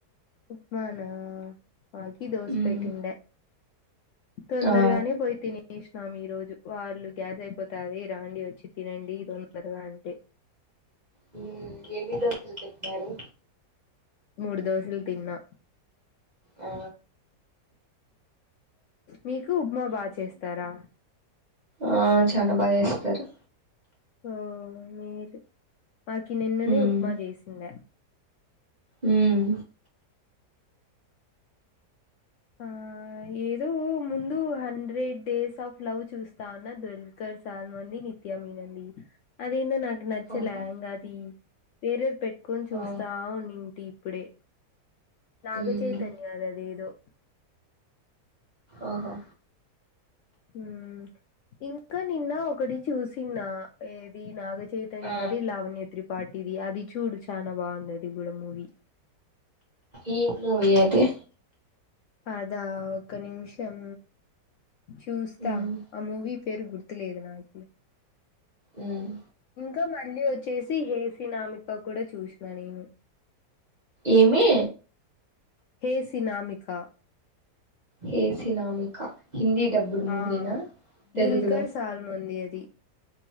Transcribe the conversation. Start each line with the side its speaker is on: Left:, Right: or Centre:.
Left: ఉప్మానా మాకి దోస
Right: మ్మ్
Left: పెట్టిండె తొందరగానే
Right: ఆ
Left: పోయి తిని తీనేశినం ఈ రోజు వాళ్ళు గ్యాస్ అయిపోతాది రాండి ఒచ్చి తినండి తొందరగా అంటే
Right: హ్మ్ ఎన్ని దోసలు పెటినారు
Left: మూడు దోసలు తిన్నా
Right: ఆ
Left: మీకు ఉప్మా బా చేస్తారా
Right: ఆహ్ చాలా బాగా చేస్తారు
Left: ఓహ్ మీరు మాకి నిన్ననే
Right: మ్మ్
Left: ఉప్మా జేసిందె
Right: మ్మ్
Left: ఆ ఏదో ముందు హండ్రెడ్ డేస్ ఆఫ్ లవ్ చూస్తా ఉన్న దూల్కర్ సల్మాన్ ది నిత్యమెనన్ ది అది ఏందొ నాకు నచ్చలే
Right: ఓహో
Left: ఇంగ అది వేరేది పెట్టుకొని చూస్తా
Right: ఆ
Left: వున్నింటి ఇప్పుడే నాగచైతన్య
Right: మ్మ్
Left: ఆదేదో
Right: ఓహొ
Left: మ్ ఇంక నిన్న ఒకటి చూసినా ఏది నాగచై చైతన్యా
Right: ఆ
Left: ది లావన్య త్రిపాటిది అది చూడు చానా బావుందది గూడా మూవీ
Right: ఏం మూవి అది
Left: అదా ఒక్క నిమిషం చూస్తా
Right: మ్మ్
Left: ఆ మూవీ పేరు గుర్తులేదు నాకి
Right: ఉమ్
Left: ఇంకా మళ్ళీ వొచ్చేసి హే సినామిక కూడా చూశిన నేను
Right: ఏమి
Left: హే సినామిక
Right: హే సినామిక హిందీ డబ్బుడ్ మూవీనా
Left: ఆ
Right: తెలుగులో
Left: దుల్కర్ సల్మాన్ ది అది